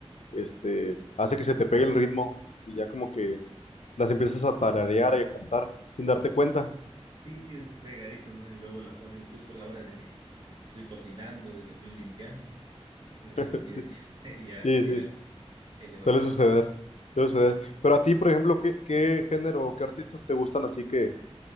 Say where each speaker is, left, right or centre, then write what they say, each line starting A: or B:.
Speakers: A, on the left; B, on the right.
A: este, hace que se te pegue el ritmo y ya como que las empiezas a tararear y a cantar sin darte cuenta.
B: Sí, es pegadizo, ¿no? Y luego la ponen justo a la hora de que estoy cocinando, de que estoy limpiando. Mucha
A: <laughs>
B: coincidencia.
A: Sí,
B: <laughs> Y Ya,
A: sí,
B: ahí,
A: sí,
B: la- ahí le vas
A: suele
B: agarrando.
A: suceder, suele suceder. Pero a ti, por ejemplo, ¿qué, qué género o qué artistas te gustan así que,